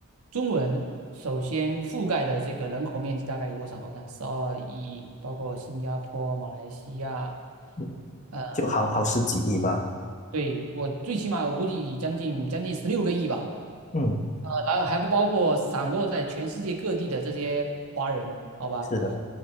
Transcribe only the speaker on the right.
中文首先覆盖的这个人口面积大概有多少？我看十二亿，包括新加坡、马来西亚，
嗯、
对，我最起码我估计将近将近十六个亿吧。
然后还不包括散落在全世界各地的这些华人，好吧？